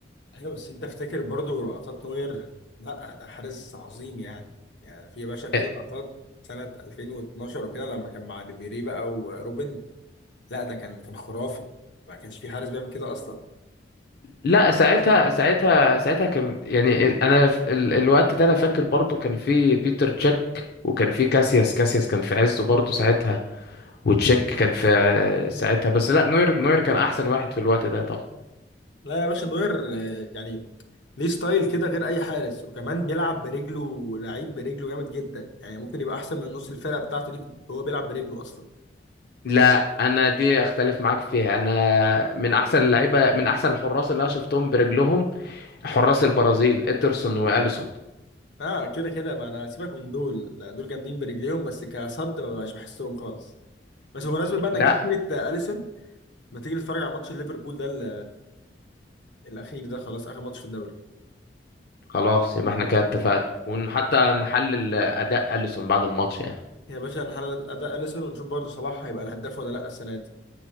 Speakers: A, on the left (about 80°); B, on the left (about 60°).
A: ايوه بس انت افتكر برضو لقطات نوير لا ده حارس عظيم يعني يعني في يا باشا في
B: أ-
A: لقطات سنة 2012 وكده لما كان مع ريبيري بقى وروبن لا ده كان كان خرافي ما كانش في حارس بيعمل كده اصلا
B: لا ساعتها ساعتها ساعتها كان يعني ال- انا ف- ال- الوقت ده انا فاكر برضو كان في بيتر تشيك وكان في كاسياس كاسياس كان في عزه برضو ساعتها وتشيك كان في ساعتها بس لا نوير نوير كان احسن واحد في الوقت ده طبعا
A: لا يا باشا نوير آه، يعني ليه ستايل كده غير اي حارس وكمان بيلعب برجله لعيب برجله جامد جدا يعني ممكن يبقى احسن من نص الفرقة بتاعته دي وهو بيلعب برجله اصلا
B: لا انا دي اختلف معاك فيها انا من احسن اللعيبه من احسن الحراس اللي انا شفتهم برجلهم حراس البرازيل ادرسون واليسون
A: اه كده كده ما انا سيبك من دول لا، دول جامدين برجليهم بس كصد ما بقاش بحسهم خالص بس بمناسبة بقى انك
B: لا
A: جبت سيرة اليسون ما تيجي نتفرج على ماتش ليفربول ده ال- الاخير ده خلاص اخر ماتش في الدوري
B: خلاص يبقى احنا كده اتفقنا وحتى نحلل اداء اليسون بعد الماتش يعني
A: يا باشا نحلل اداء اليسون ونشوف برضه صلاح هيبقى الهداف ولا لا السنه دي